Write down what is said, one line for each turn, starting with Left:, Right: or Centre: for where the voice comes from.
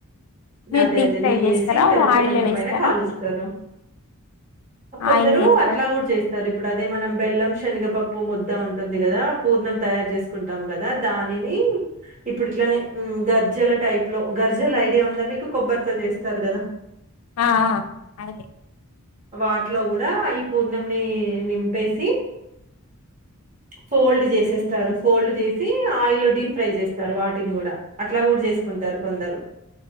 Left: మీరు
Right: అదే
Left: డీప్
Right: అదే
Left: ఫ్రై
Right: నెయ్యిేసి
Left: చేస్తారా
Right: ఇంకా రొట్టె
Left: ఆయిల్
Right: పెంక
Left: వేస్తారా
Right: పైన కాలుస్తారు కొందరు
Left: ఆయిల్ వేస్తారు
Right: అట్లా కూడా చేస్ స్తార్ ఇప్పుడు అదే మనం బెల్లం శనగపప్పు ముద్ద ఉంటుంది కదా పూర్ణం తయారు చేసుకుంటాం కదా దానిని ఇప్పుడు ఇట్లానే ఉం గ జల టైప్ లో గర్జల ఐడియా ఉందా మీకు కొబ్బరితో చేస్తారు కదా
Left: ఆ అ అగే
Right: వాటిలో కూడా ఈ పూర్ణంని నింపేసి ఫోల్డ్ చేసేస్తారు ఫోల్డ్ చేసి ఆయిల్లో డీప్ ఫ్రై చేస్తారు వాటిని కూడా అ అట్లా కూడా చేసుకుంటారు కొందరు